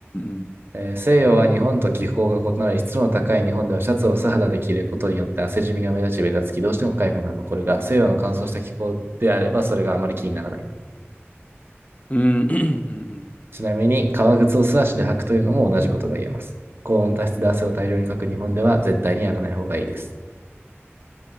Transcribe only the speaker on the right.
えー西洋は日本と気候が異なり、湿度の高い日本ではシャツを素肌で着ることによって汗じみが目立ち、べたつき、どうしても不快感が残るが、西洋の乾燥した気候であればそれがあまり気にならないと。
ちなみに、革靴を素足で履くというのも同じことが言えます。高温多湿で汗を大量にかく日本では絶対にやらない方がいいです。